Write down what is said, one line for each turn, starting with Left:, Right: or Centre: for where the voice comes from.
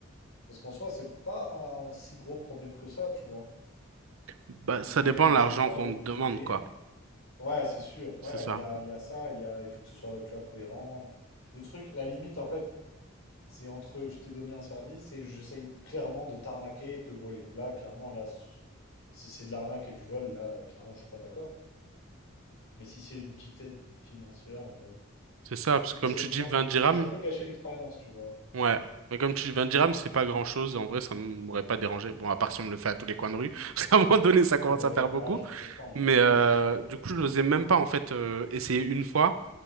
Left: Parce qu'en soi, c'est pas un si gros problème que ça, tu vois.
Right: bah, ça
Left: Le mec,
Right: dépend
Left: il
Right: de
Left: essaie
Right: l'argent
Left: de travailler,
Right: qu'on
Left: il
Right: te
Left: veut
Right: demande,
Left: t'aider.
Right: quoi.
Left: Ouais, c'est sûr.
Right: C'est
Left: Ouais,
Right: ça.
Left: il y a, il y a ça, il y a, il faut que ce soit, tu vois, cohérent. Le truc, la limite, en fait, c'est entre je t'ai donné un service et j'essaye clairement de t'arnaquer et te voler. Là, clairement, là, s- si c'est de l'arnaque et du vol, là, euh, clairement, je suis pas d'accord. Mais si c'est une petite aide financière, bon,
Right: C'est ça, parce
Left: j'essaie
Right: que comme tu
Left: de pas.
Right: dis 20 dirhams,
Left: Ça peut gâcher l'expérience, tu vois.
Right: ouais. Mais comme tu dis 20 dirhams, c'est pas grand-chose. En vrai, ça m'aurait pas dérangé. Bon, à part si on me le fait à tous les coins de rue, <laughs> parce qu'à un moment donné, ça
Left: C'est
Right: commence
Left: vrai.
Right: à faire beaucoup.
Left: Ouais, je peux comprendre.
Right: Mais
Left: Ouais,
Right: euh,
Left: c'est sûr.
Right: du coup, je n'osais même pas, en fait, euh, essayer une fois,